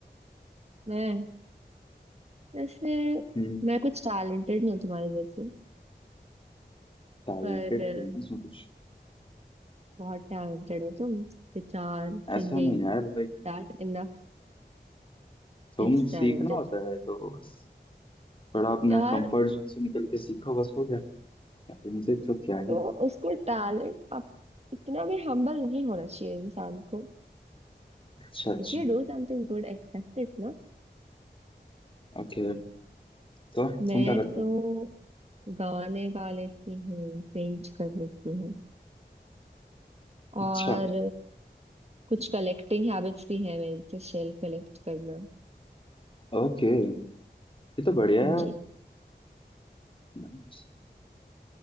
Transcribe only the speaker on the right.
मैं वैसे
मैं कुछ टैलेंटेड नहीं हूँ तुम्हारे जैसे
पर
अ,
बहुत टैलेंटेड हो तुम guitar singing
that enough
is talented
यार
तो
उसको टैलेंट आप इतना भी हम्बल नहीं होना चाहिए इंसान को
If you do something good accept it ना
मैं
तो
गाने गा लेती हूँ पेंट कर लेती हूँ और
कुछ कलेक्टिंग हैबिट्स भी है मेरी जैसे शेल कलेक्ट करना
हाँ
जी